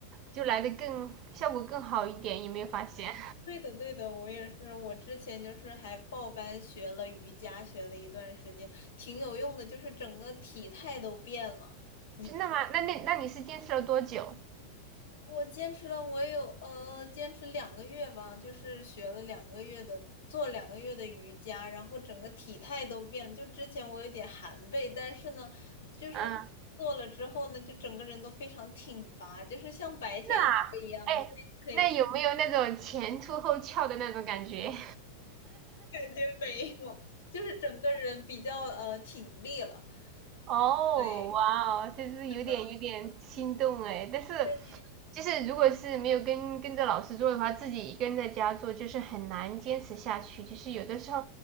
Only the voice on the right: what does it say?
就来的更效果更好一点，有没有发现？
<laughs>
真的吗？那那那你是坚持了多久？
嗯，
真的啊？哎，
那有没有那种前凸后翘的那种感觉？
哦，
哇哦，就是有点有点心动哎，
但是
就是如果是没有跟跟着老师做的话，自己一个人在家做就是很难坚持下去，就是有的时候，